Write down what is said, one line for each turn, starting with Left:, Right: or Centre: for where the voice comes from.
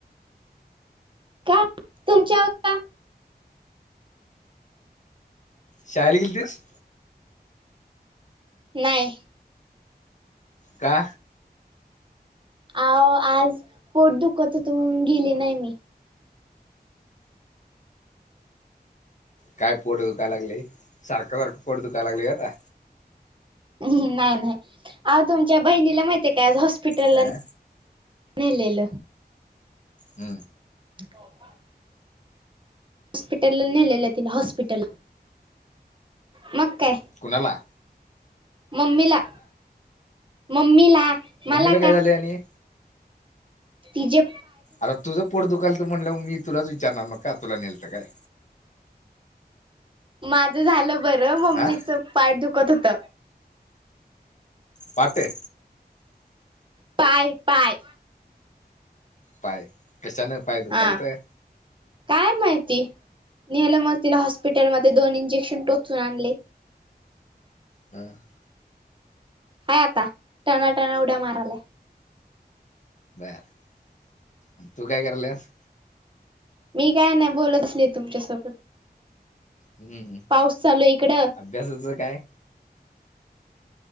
Right: का तुमच्या का
Left: शाळेला गेलतीस,
Right: नाहीय
Left: का
Right: अ आज पोट दुखत होतं गेली नाही मी
Left: काय पोड दुकाय लागली. सारखं सारखं पोड दुका लागली. काता
Right: ह् नाही नाही आ तुमच्या बहिणीला माहिती आहे. काय आज हॉस्पिटलला
Left: अ
Right: मेलेल
Left: हम्
Right: ब <unintelligible> हॉस्पिटल, नेलेलं तिला हॉस्पिटल, मग काय
Left: कूणाला
Right: मम्मीला, मम्मीला मला
Left: मम्मीला काय झालंय. आणि
Right: ति ज
Left: आता तुझं पोट दुखाल त म्हणलं. मी तुलाच विचारणार मग का तुला नेल तर काय
Right: माझ झालं बरं मम्मीच
Left: हा
Right: पाठ दुखत, होत.
Left: पाटे
Right: पाय. पाय
Left: पाय. कशाला न पाय दुकते
Right: हा काय माहिती, नेलं मग तिला हॉस्पिटलमध्येध्ये दोन इंजेक्शन टोचून आणले.
Left: हा <unintelligible>
Right: ह आता टनाट्याना उड्या मारायलाय
Left: बर तू काय करलस
Right: मी काय नाही बोलत. असली तुमच्यासोबत
Left: हम्म
Right: पाऊस चालू इकडं
Left: अभ्यासाचं काय